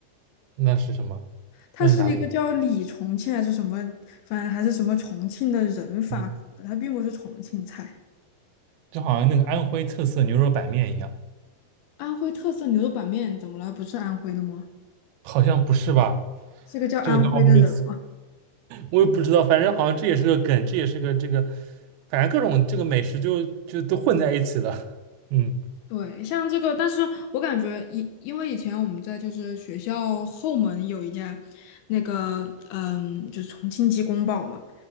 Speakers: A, on the right (about 75°); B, on the left (about 75°).
A: 那是什么？
B: 它是一个叫李重庆还是什么，
A: 那是哪里？
B: 反正还是什么重庆的人发明的，
A: 嗯，
B: 它并不是重庆菜。
A: 就好像那个安徽特色牛肉板面一样，
B: 安徽特色牛肉板面怎么了？不是安徽的吗？
A: 好像不是吧？
B: 是个叫安徽的人。
A: 这个倒没，我也不知道，反正好像这也是个梗，这也是个这个，反正各种这个美食就就都混在一起了。<laughs> 嗯
B: 对，像这个，但是我感觉以因为以前我们在就是学校后门有一家那个嗯，就是重庆鸡公煲嘛，